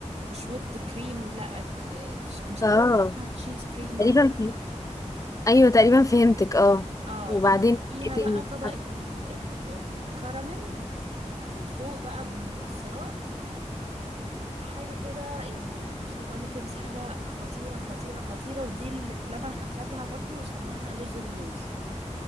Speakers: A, on the right (about 60°); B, on the left (about 25°).
A: مش ويبد كريم لا ك- تش- مش عارفة
B: اه
A: اسمها تشيز كريم
B: تقريبا
A: ولا
B: فهمت. ايوه تقريبا فهمتك اه
A: اه
B: وبعدين
A: وفوقيها
B: ايه تاني
A: بقى طبقة ال ال الكراميل من فوق بقى بمكسرات حاجة كده يعني مش عارفة اقولك ايه بس حاجة خطيرة خطيرة خطيرة ودي اللي بلبن اخدها برضو وسماها لوز اللوز